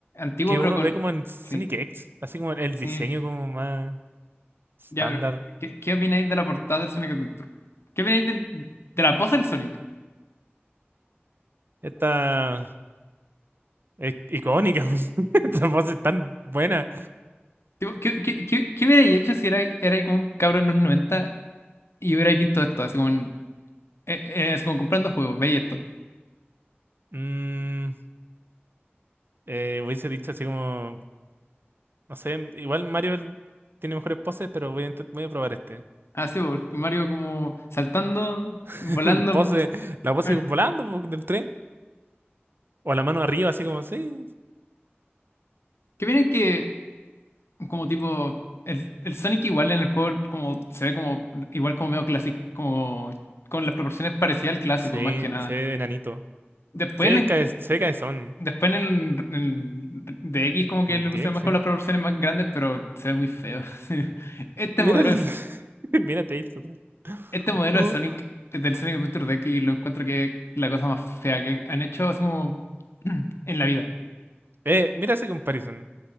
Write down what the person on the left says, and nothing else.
Antiguo
pero
con,
sí,
sí.
Ya, pero, ¿qué, qué opináis de la portada del Sonic Adventure? ¿Qué opináis del- de la pose del Sonic?
Tipo, ¿Qué, qué, qué, qué hubierais hecho si era, erais como un cabrón en los 90 y hubierais visto esto, así como en Eh, eh, así como comprando juegos, veis esto.
Así, porque Mario como saltando,
volando.
po.
Mar-
¿Qué viene que como tipo el, el Sonic igual en el juego como se ve como igual como medio clásico, como con las proporciones parecidas al clásico,
más que nada.
Después,
le-
después en el, en el D X como que
le pusieron
más
con las proporciones más grandes, pero se ve muy feo. <laughs> Sí. Este
modelo
es,
Este modelo
de Sonic, del Sonic Adventure Deck, y lo encuentro que es la cosa más fea que han hecho así como <clears throat> en la vida.